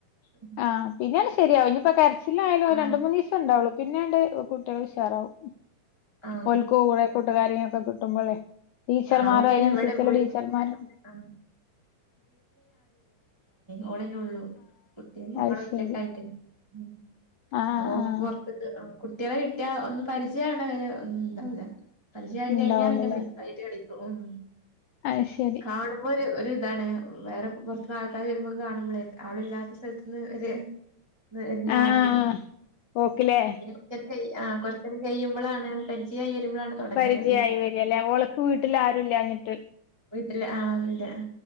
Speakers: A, on the right; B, on the left.
A: ഉം.
B: ആ പിന്നൊണ് ശരിയാവും ഇനിയിപ്പോ കരച്ചില ആയാലും
A: ആ
B: രണ്ട മൂന്ന് ദിവസം ഉണ്ടാവുള്ളൂ. പിന്നെയണ്ട് കുട്ടികൾ വിശാറാവും
A: ആ
B: ഓൽക്കോ കുറെ കൂട്ടുകാരങ്ങൊക്കെ കിട്ടുമ്പോള്ളേ. ടീച്ചർമാരോ
A: ആ ഓക്കയിന്
B: അതിനനുസരിച്ചുള്ള
A: ഇവിടെ വീ
B: ടീച്ചർമാരൊ
A: ആ ഓളെന്നെ ഉള്ളൂ കുട്ടി ഞങ്ങ
B: അത്
A: ഒറ്റക്കായിട്ട്
B: ശരി
A: ഉ
B: ആഹ്
A: അപ്പൊ
B: ആഹ്
A: പുറത്ത കുട്ടികളെ കിട്ടിയ ഒന്ന് പരിചയാണവരെ ഒന്നും <unintelligible> പരചയായി
B: ഉണ്ടാവുള്ളൂല്ലേ
A: കഴിഞ്ഞാ പിന്നെ ഫ്രണ്ട്സ ആയിട്ട് കളിക്കും ഉം.
B: അത് ശരി
A: കാണുമ്പോ ഒരു ഒ ഇതാണ് വേറെ പുറത്തുന്ന് ആൾക്കാര് വരുമ്പോ കാണുമ്പോളെ ആള ഇല്ലാത്ത സ്ഥലത്തുന്ന് വ <unintelligible> വരുന്നാൽ
B: ആഹ്
A: മതി
B: ആഹ് ആഹ് ഓക്കിലേ
A: പിന്നെ കൊറച്ച നേം ക ആ കൊറച്ച നേരം കഴിയുമ്പോളാണ് <unintelligible> തുടങ്ങ
B: പരിചയായി
A: കളി
B: വരാഅല്ലേ ഓളക്ക് വീട്ടിൽ ആരുംല്ലാഞ്ഞിട്ട്
A: അല്ല ആല്ല